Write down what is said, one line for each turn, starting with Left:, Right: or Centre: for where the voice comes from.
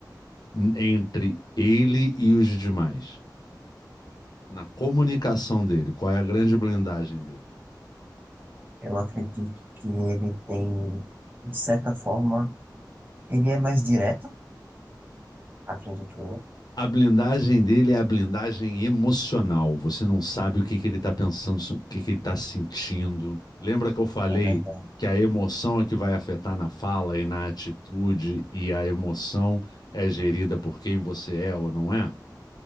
Left: entre ele e os demais? Na comunicação dele, qual é a grande blindagem dele?
Right: Eu acredito que ele tem de certa forma, Ele é mais direto, acredito eu,
Left: A blindagem dele é a blindagem emocional. Você não sabe o que que ele está pensando, o que que ele está sentindo. Lembra que eu falei
Right: é verdade.
Left: que a emoção é que vai afetar na fala e na atitude, e a emoção é gerida por quem você é ou não é?